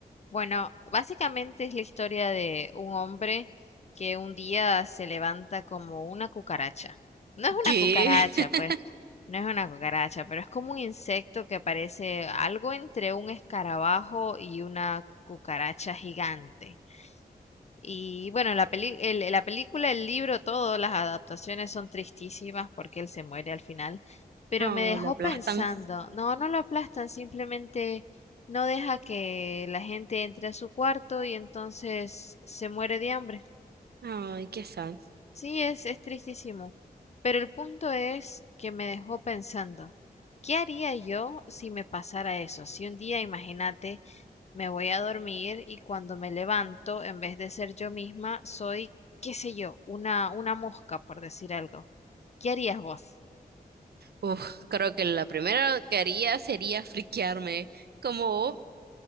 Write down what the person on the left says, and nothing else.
Bueno, básicamente es la historia de un hombre que un día se levanta como una cucaracha. No es
una cucaracha,
pues, no es una cucaracha, pero es como un insecto que parece algo entre un escarabajo y una cucaracha gigante. Y bueno, la peli- el- la película, el libro, todas las adaptaciones son tristísimas porque él se muere al final. Pero
me dejó
pensando, no, no lo aplastan, simplemente no deja que la gente entre a su cuarto y entonces se muere de hambre.
Sí, es, es tristísimo. Pero el punto es que me dejó pensando, ¿qué haría yo si me pasara eso? Si un día, imagínate, me voy a dormir y cuando me levanto, en vez de ser yo misma, soy, qué sé yo, una, una mosca, por decir algo. ¿Qué harías vos?